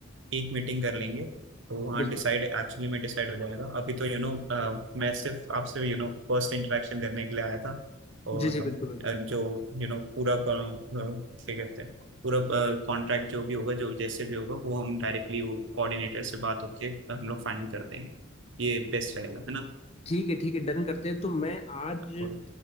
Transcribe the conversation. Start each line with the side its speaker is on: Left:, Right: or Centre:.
Right: एक मीटिंग कर लेंगे तो वहाँ
Left: बिल्कुल
Right: डिसाइड एक्चुअली में डिसाइड हो जाएगा अभी तो यू you नो मैं सिर्फ आपसे यू नो फर्स्ट इंटरेक्शन करने के लिए आया था और
Left: जी जी बिल्कुल बिल्कुल
Right: अ, जो यू you नो पूरा अ, अ, क्या कहते हैं पूरा कॉन्ट्रैक्ट जो भी होगा जो जैसे भी होगा वो हम डायरेक्टली वो कोऑर्डिनेटर से बात होके हम लोग फाइनल कर देंगे ये बेस्ट रहेगा है ना
Left: ठीक है ठीक है डन करते हैं तो मैं आज
Right: और